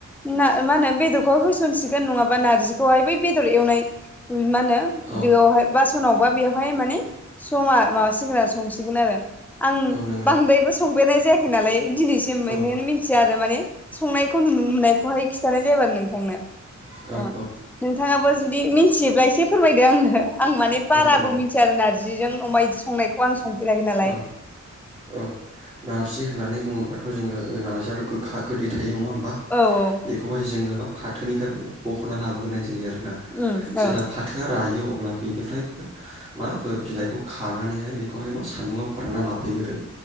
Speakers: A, in the centre; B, on the right (about 15°).
A: ना मा होनो बेदरखौ होसनसिगोन नङाबा नारजिखौहाय बै बेदर एवनाय मा होनो
B: औ
A: दोआवहाय बासनावबा बेवहाय माने समा माबा सिगोन आरो संसिगोन आरो आं
B: औ नंगौ
A: बांद्रायबो संफेरनाय जायाखै नालाय दिनैसिम बेनिखायनो
B: औ
A: मिथिया आरो माने संनायखौ नुनायखौहाय खिन्थानाय जाबाय नोंथांनो
B: औ
A: ओ नोंथाङाबो जुदि मिथियोब्ला एसे फोरमायदो आंनो आं माने बाराबो
B: औ
A: मिथिया आरो नार्जिजों अमा इदि संनायखौ आं संफेराखै नालाय
B: औ औ नारजि होननानै बुङोबाथ' जोङो नार्जियाथ' गोखा गोदै थायो नङा होमबा
A: औ औ
B: खौहाय जोङो मा फाथोनिफ्राय बख'ना लाबोग्रोननाय जायो आरोना
A: उम
B: जेला फा थोया रायो अब्ला बेनिफ्राय मा बिलाइखौ खानानैहाय बेखौहाय मा सान्दुङाव फोरानना लाफैगोरो